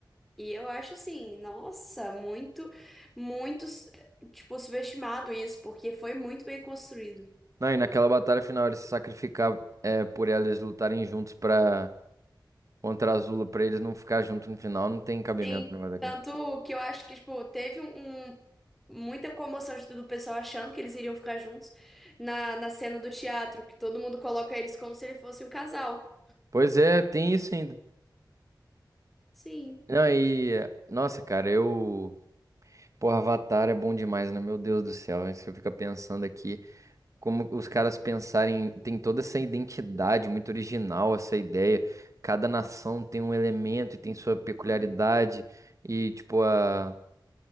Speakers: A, in the centre; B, on the right.
A: E eu acho assim, nossa, muito, muito, tipo, subestimado isso, porque foi muito bem construído.
B: Não, e naquela batalha final ele se sacrificar é, por eles lutarem juntos pra contra Azula, pra eles não ficar junto no final, não tem cabimento
A: Sim.
B: o negócio
A: Tanto
B: daqui.
A: que eu acho que, tipo, teve um, um- muita comoção de- tudo, o pessoal achando que eles iriam ficar juntos na, na cena do teatro, que todo mundo coloca eles como se ele fosse um casal.
B: Pois é, tem isso ainda.
A: Sim,
B: Não, e. é, Nossa, cara, eu. Pô, Avatar é bom demais, né? Meu Deus do céu, hein? você fica pensando aqui como os caras pensarem, tem toda essa identidade muito original, essa ideia. Cada nação tem um elemento e tem sua peculiaridade e tipo a,